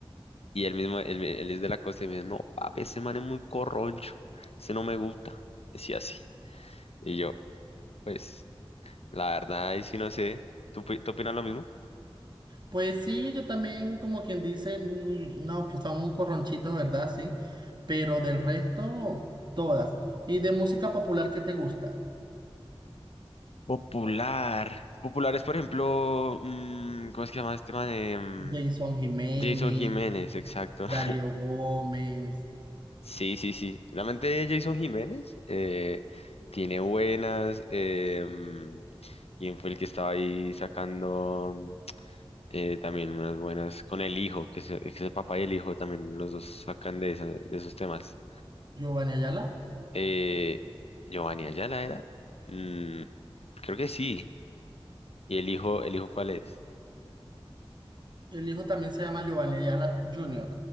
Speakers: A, on the left; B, on the right.
A: Y él mismo, él, él es de la costa y me dice, no, papi, ese man es muy corroncho, ese no me gusta, decía así. Y yo, pues, la verdad, ahí sí no sé, ¿tú, pi- tú opinas lo mismo?
B: Pues sí, yo también, como quien dice, mm, no, pues son muy corronchitos, ¿verdad? Sí, pero del resto, todas. ¿Y de música popular qué te gusta?
A: Popular. Popular es, por ejemplo, mm, ¿cómo es que se llama este man? Em,
B: Jason Jiménez,
A: Jason Jiménez, exacto.
B: Darío
A: <laughs>
B: Gómez,
A: Sí, sí, sí. Realmente Jason Jiménez eh, tiene buenas. em, ¿quién fue el que estaba ahí sacando? eh, también unas buenas con el hijo, que es, que es el papá y el hijo también los dos sacan de, esa- de esos temas.
B: Giovanni Ayala.
A: Eh, Giovanni Ayala era, Mm, creo que sí. ¿Y el hijo, el hijo cuál es?
B: El hijo también se llama Giovanni Ayala Jr.